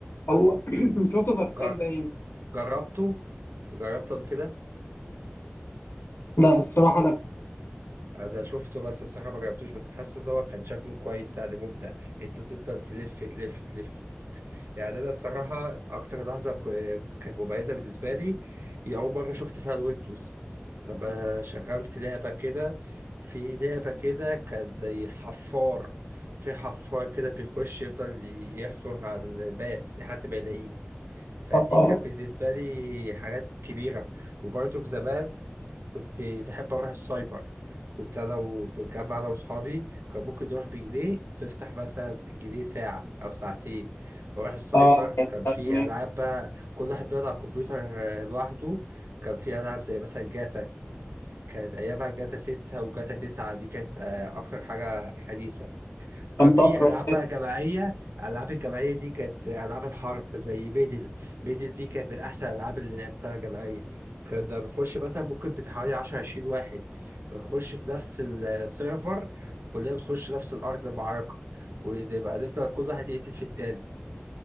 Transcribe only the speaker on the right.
جر-
جربته جربته قبل كده
انا شفته بس الصراحه ما جربتوش بس حاسس ان هو كان شكله كويس يعني ممتع انت تفضل تلف تلف تلف يعني انا الصراحه اكتر لحظه ك- كانت مميزه بالنسبه لي هي اول مره شفت فيها الويندوز لما شغلت لعبه كده في لعبه كده كان زي حفار في حفار كده بيخش يفضل يحفر على الماس لحد ما يلاقيه فدي
كانت بالنسبه لي حاجات كبيره وبرضه زمان كنت بحب اروح السايبر كنت انا وبنجمع انا واصحابي كان ممكن نروح بجنيه تفتح مثلا جنيه ساعه او ساعتين بروح السايبر
كان
في
العاب بقى كل واحد بيقعد على الكمبيوتر آه، لوحده كان في العاب زي مثلا جاتا كانت ايامها جاتا 6 وجاتا 9 دي كانت آه، اكتر حاجه حديثه وكان
في
العاب
بقى جماعيه الالعاب الجماعيه دي كانت العاب الحرب زي بيدل بيدل دي كانت من احسن الالعاب اللي لعبتها جماعيه كنا بنخش مثلا ممكن بتاع حوالي 10 20 واحد بنخش في نفس السيرفر كلنا بتخش نفس الارض المعركه ونبقى نفضل كل واحد يقتل في التاني